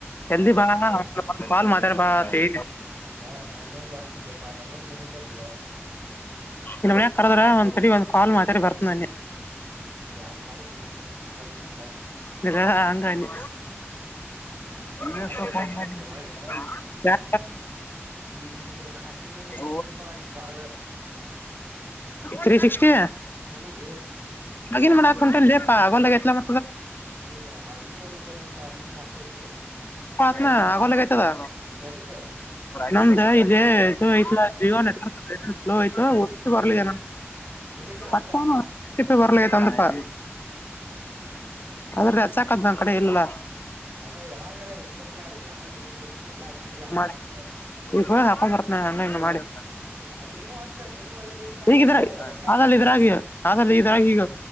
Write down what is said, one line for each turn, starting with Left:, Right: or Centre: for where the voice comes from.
Right: ಪಟಾಪಟ್
Left: ಜಲದಿ ಬಾ
Right: ಮಾತಾಡಿ
Left: ಆ.... ಕಾಲ್ ಮಾತಾಡ ಬಾ ಅಂತ ಹೇಳಿನಿ
Right: ಹಾ ನಾನೊಂದ್ ಹಚ್ತೇತೇನಿ ಲೇ ಪಾ ನಂದೊಂದ ಮುಗಿತೇತಿ
Left: ಇಲ್ಲ ಮನ್ಯಾಗ ಕರ್ದ್ರ ಒಂದ್ ತಡಿ ಒಂದ್ ಕಾಲ್ ಮಾತಾಡಿ ಬರ್ತನ ಅನ್ನಿ
Right: ಹ್ಮ್ ಯಾಡ ಕಾಲ್ ಅಣವತ್ಲ ಇಪ್ಪತ್ತ ನಿಮಿಷ
Left: ಇಲ್ಲ ಹಂಗ ಅನ್ನಿ ಯಾರ
Right: ಬೇರೆ ನಂಬರ್
Left: ಫೋನ್
Right: ಹಚ್ಲಿ
Left: ಮಾಡ್ಯಾರ್
Right: ಹೊಳ್ಳಿ ಈಗ ನಿಂದು ನಾ ಹಚ್ಚಿನ ಅಂದ್ರ
Left: <inaudible>
Right: ಮುಗೀತಪಾ ಐದ್ ಕಾಲ
Left: ತ್ರಿ ಸಿಕ್ಸ್ಟಿ
Right: ಹ್ಮ ಲೇ
Left: ಲಾಗಿನ್ ಮಾಡಾಕ ಹೊಂಟೇನ ಲೇ ಪಾ ಆದ ಅಗವಲ್ದ ಆಗೇತಿ ಅದ
Right: ನೀನ್ ಆ ಇನ್ನೊಂದ್ ನಂಬರ್ ಐತಿ ಲಾ ಅದನ್ನೊಂದ್ ಹಾಕೋಲೀ
Left: ಹಾ ಅಗವಲ್ದ ಅಗೇತಿ ಅದ
Right: ಎದಕ್ಕ
Left: ನಮ್ದ ಇದೇ ಐತಿ ಲಾ ಜಿಯೋ ನೆಟ್ವರ್ಕ್ ಸ್ಲೋ ಆಯ್ತ ಒಟ್ಟಿ ಬರ್ಲಿ
Right: ಹ್ಮ್
Left: ನ
Right: ಇಲ್ಲಿಕ್ಕ
Left: ಪತ್ತಾಮ
Right: ಅದ ಅದ ಅದ
Left: ಬರಲಾ ಅಗೇತಿ ಅಂದಪ್ಪಾ ಅದ್ರೆ ರೆಚ್ಚಾಕದ್ ನನ್ ಕಡೆ ಇಲ್ಲ ಲಾ
Right: ಅದ ಯಾವಾಗಾರ ಇರ್ತತ್ಲಾ ಆಮೇಲೆ ಪೈಲಾ ಹಚ್ಚಿದ್ಲಾ ಹಂಗ
Left: ಮಾಡ
Right: ಹಚ್ಚ
Left: ಈ ಹಾಕ್ ಬರ್. ಹಾ ನ ಮಾಡಿ.
Right: ಹ್ಮ್ ಅದ್ ನೀನು ಹಚ್ಚ ನೀನು ಐದ್ ಇರ್ತಾವ್
Left: <inaudible> ಈಗಿದ್ರಾಗಿ
Right: ಹಚ್ಚು ಹೊಸ
Left: ಅಲ್ಲಿ
Right: ನಂಬರ್ಕ್
Left: ಇದ್ರಾಗಿ ಅಲ್ಲಿ ಇದ್ರಾಗಿ ಈಗ.